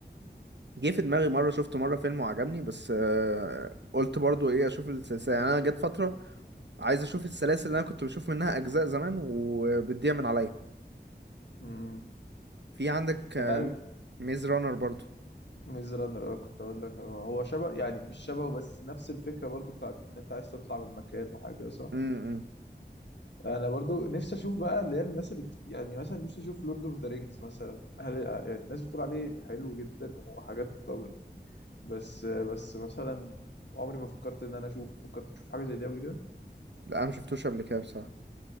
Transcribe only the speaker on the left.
امم
انت عارف
ميز رانر اه كنت اقول لك هو هو شبه يعني مش شبهه بس نفس الفكره برضو بتاعت ان انت عايز تطلع من مكان وحاجه صح
انا برضو نفسي اشوف بقى اللي هي الناس اللي بت... يعني مثلا نفسي اشوف لورد اوف ذا رينجز مثلا هل يعني الناس بتقول عليه حلو جدا وحاجات طب بس بس مثلا عمري ما فكرت ان انا اشوف فكرت تشوف حاجه زي دي قبل كده